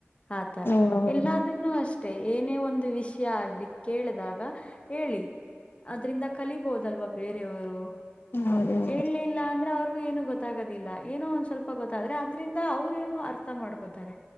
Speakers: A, on the left; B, on the left.
A: ಆತರ
B: ಹ್ಮ್
A: ಎಲ್ಲನ್ನು ಅಷ್ಟೇ ಏನೇ ಒಂದು ವಿಷಯ ಆಗ್ಲಿ ಕೇಳಿದಾಗ ಹೇಳಿ ಅದ್ರಂದ ಕಲಿಬಹದಲ್ವಾ ಬೇರೆ ಬೇರೆ ಅವರು
B: ಹೌದು ಹೌದು
A: ಹೇಳಲಿಲ್ಲ ಅಂದ್ರೆ ಅವ್ರಿಗೂ ಏನು ಗೊತ್ತ ಗೊತ್ತಾಗೋದಿಲ್ಲ ಏನೋ ಒಂದ್ ಸ್ವಲ್ಪ ಗೊತ್ತಾದ್ರೆ ಅದ್ರಿಂದ ಅವ್ರೇನೋ ಅರ್ಥ ಮಾಡ್ಕೋತಾರೆ